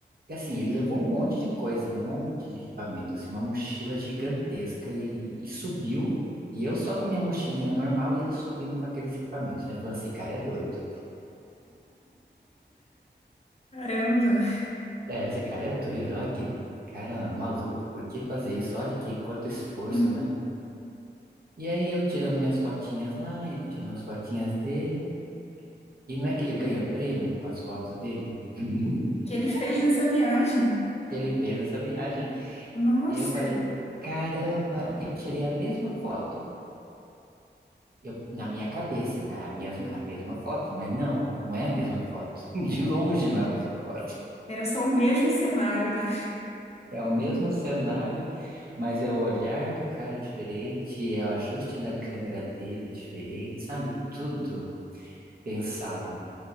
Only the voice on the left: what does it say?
Caramba!
<laughs>
Que ele fez nessa viagem.
Nossa!
Era só o mesmo cenário, né?